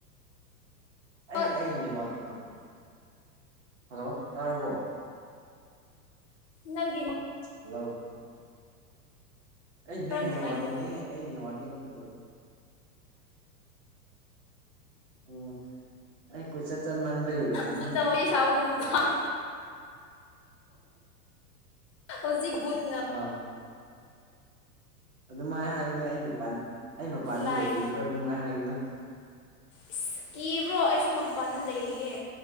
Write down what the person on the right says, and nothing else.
ꯑꯩ ꯑꯩꯒꯤ ꯅꯦꯋꯥꯛꯀ ꯍꯜꯂꯣ ꯇꯥꯔꯕꯣ
ꯍꯜꯂꯣ ꯑꯩ ꯅꯪ
ꯅꯦꯠꯋꯥꯛꯅꯤꯅꯦ ꯑꯩꯅꯦꯠꯋꯥꯛꯇꯤ ꯑꯝꯇ ꯇꯧꯗꯦ ꯑꯣ ꯑꯩ ꯀꯣꯏ ꯆꯠ ꯆꯟ ꯃꯥꯟꯕꯩ ꯑꯣꯏꯔꯝꯃꯦ
ꯑꯥ ꯑꯗꯨꯃꯥꯏꯅ ꯍꯥꯏꯒꯅꯣ ꯑꯩ ꯃꯄꯥꯟ ꯑꯩ ꯃꯄꯥꯟꯗ
ꯂꯩꯔꯤꯀꯣ ꯑꯗꯨꯃꯥꯏꯅ ꯍꯥꯏꯒꯅꯣ